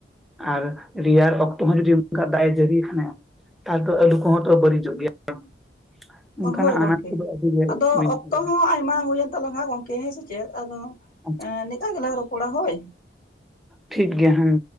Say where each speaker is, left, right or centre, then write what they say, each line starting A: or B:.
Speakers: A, in the centre; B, on the left.
A: ᱟᱨ ᱨᱮᱭᱟᱲ ᱚᱠᱛᱚ ᱦᱚᱸ ᱡᱩᱫᱤ ᱚᱝᱠᱟ ᱫᱟᱜ ᱮ ᱡᱟᱹᱲᱤ ᱠᱷᱟᱱ-ᱮ ᱛᱟᱦᱞᱮ ᱛᱚ ᱟᱞᱩ ᱠᱚᱦᱚᱸ ᱛᱚ ᱵᱟᱹᱲᱤᱡᱚᱜ ᱜᱮᱭᱟ ᱚᱱᱠᱟᱱᱟᱜ
B: ᱦᱳᱭ ᱜᱚᱝᱠᱮ
A: ᱟᱱᱟᱴ ᱠᱚᱫᱚ ᱟᱹᱰᱤ ᱜᱮ
B: ᱟᱫᱚ
A: ᱢᱮᱱᱟᱜ
B: ᱚᱠᱛᱚ
A: ᱜᱮᱭᱟ
B: ᱦᱚᱸ ᱟᱭᱢᱟ ᱦᱩᱭᱮᱱ ᱛᱟᱞᱟᱝᱼᱟ ᱜᱚᱢ ᱦᱮᱸ ᱥᱮ ᱪᱮᱫ ᱟᱫᱚ
A: ᱟᱪᱪᱷᱟ
B: ᱱᱤᱠᱟᱹ ᱜᱮᱞᱟᱝ ᱨᱚᱯᱚᱲᱟ ᱦᱳᱭ
A: ᱴᱷᱤᱠ ᱜᱮᱭᱟ ᱦᱩᱸ